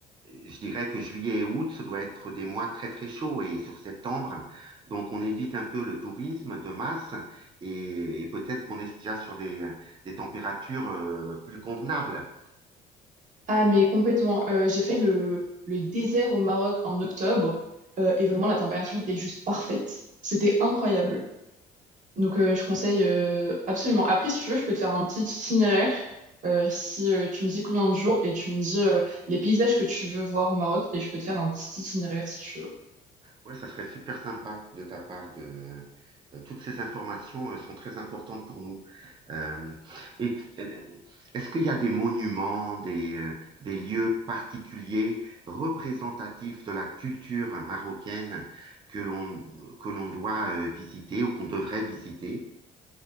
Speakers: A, on the right; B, on the right.
A: je dirais que juillet et août, ça doit être des mois très, très chauds et sur septembre. Donc, on évite un peu le tourisme de masse et, et peut-être qu'on est déjà sur des, des températures euh, plus convenables.
B: Ah, mais complètement. Euh, j'ai fait le, le désert au Maroc en octobre euh, et vraiment la température était juste parfaite. C'était incroyable. Donc, euh, je conseille euh, absolument. Après, si tu veux, je peux te faire un petit itinéraire euh, si euh, tu me dis combien de jours et tu me dis euh, les paysages que tu veux voir au Maroc et je peux te faire un petit itinéraire si tu veux.
A: Ouais, ça serait super sympa de ta part de. euh, Toutes ces informations euh, sont très importantes pour nous. Euh, et euh, est-ce qu'il y a des monuments, des, euh, des lieux particuliers représentatifs de la culture marocaine que l'on que l'on doit euh, visiter ou qu'on devrait visiter?